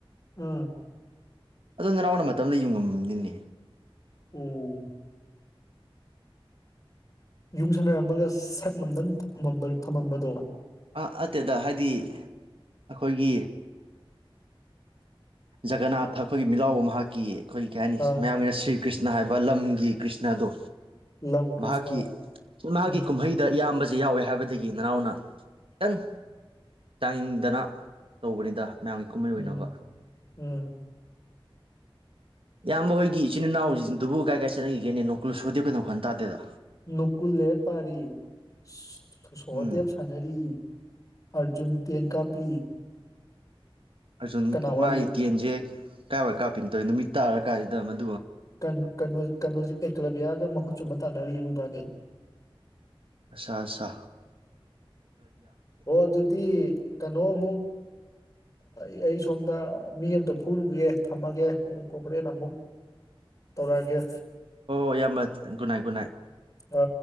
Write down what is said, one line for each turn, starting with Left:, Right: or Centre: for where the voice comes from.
Left: ꯎꯝ
Right: ꯑꯗꯨ ꯅꯅꯥꯎꯅ ꯃꯇꯝ ꯑꯝꯗ ꯌꯨꯡꯉꯝꯅꯤꯅꯦ
Left: ꯎꯝ ꯌꯨꯡꯁꯟꯅꯔꯝꯃꯒ ꯁꯠ ꯉꯝꯗꯟ ꯊꯃꯝꯕ ꯊꯃꯝꯕꯗꯣ
Right: ꯑ ꯑꯇꯦꯗ ꯍꯥꯏꯗꯤ ꯑꯈꯣꯏꯒꯤ ꯖꯒꯅꯥꯠꯊ ꯑꯈꯣꯏꯒꯤ ꯃꯤꯠꯂꯥꯎꯕ ꯃꯍꯥꯛꯀꯤ ꯑꯈꯣꯏ <unintelligible>
Left: ꯑꯥ
Right: ꯃꯌꯥꯝꯒꯤꯅ ꯁ꯭ꯔꯤ ꯀ꯭ꯔꯤꯁ ꯅ ꯍꯥꯏꯕ ꯂꯝꯒꯤ ꯀ꯭ꯔꯤꯁꯅꯗꯣ
Left: ꯂꯝ ꯀ꯭ꯔꯤꯁꯅ
Right: ꯃꯍꯥꯛꯀꯤ ꯏꯃꯥꯒꯤ
Left: ꯎꯝ
Right: ꯀꯨꯝꯍꯩꯗ ꯏꯌꯥꯝꯕꯁꯤ ꯌꯥꯎꯋꯦ ꯍꯥꯏꯕꯗꯒꯤ ꯅꯅꯥꯎꯅ ꯇꯪ ꯇꯥꯅꯤꯡꯗꯅ ꯇꯧꯕꯅꯤꯗ ꯃꯌꯥꯝꯒꯤ ꯀꯨꯝꯃꯩ ꯑꯣꯏꯅꯕ
Left: ꯎꯝ ꯎꯝ
Right: ꯏꯌꯥꯝꯕ ꯍꯣꯏꯒꯤ ꯏꯆꯤꯟ ꯏꯅꯥꯎꯖꯤꯡꯗꯨꯕꯨ ꯀꯥꯏ ꯀꯥꯏ ꯆꯠꯅꯈꯤꯒꯦꯅꯦ ꯅꯣꯀꯨꯜ ꯁꯣꯍꯗꯦꯕ ꯀꯗꯨ ꯃꯈꯣꯜ ꯇꯥꯗꯦꯗ
Left: ꯅꯣꯀꯨꯜ ꯂꯥꯏꯔꯤꯛ ꯄꯥꯔꯤ ꯁ ꯁꯣ ꯁꯣ ꯁꯣꯍꯗꯦꯕ
Right: ꯎꯝ
Left: ꯁꯥꯅꯔꯤ ꯑꯔꯖꯨꯟ ꯇꯦꯟ ꯀꯥꯞꯄꯤ
Right: ꯑꯔ
Left: ꯀꯅꯥ ꯋꯥꯠꯂꯤ
Right: ꯃꯥꯒꯤ ꯇꯦꯟꯖꯦ ꯀꯥꯏꯋꯥꯏ ꯀꯄꯤꯝ ꯇꯧꯏꯝ ꯅꯨꯃꯤꯠ ꯇꯥꯔꯀꯥꯟ ꯁꯤꯗ ꯃꯟ
Left: ꯀꯟ ꯀꯅꯣ ꯀꯅꯣꯖꯨ ꯑꯦꯛꯀ꯭ꯂꯕꯤꯌꯥꯒ ꯃꯈꯨꯠ ꯆꯨꯝꯕ ꯇꯥꯟꯅꯔꯤ ꯃꯣꯏꯕꯥꯅꯤ
Right: ꯑꯠꯁꯥ ꯁꯥ
Left: ꯍꯣ ꯑꯗꯨꯗꯤ ꯀꯅꯣ ꯑꯃꯨꯛ ꯑꯩ ꯑꯩ ꯁꯣꯝꯗ ꯃꯤ ꯑꯝꯇ ꯐꯨꯔꯨꯒꯦ ꯊꯝꯃꯒꯦ ꯍꯣ ꯍꯣꯔꯦꯟ ꯑꯃꯨꯛ ꯇꯧꯔꯛ ꯑꯒꯦ
Right: ꯍꯣ ꯏꯌꯥꯝꯕ ꯒꯨꯗꯅꯥꯏꯠ ꯒꯨꯗꯅꯥꯏꯠ
Left: ꯑ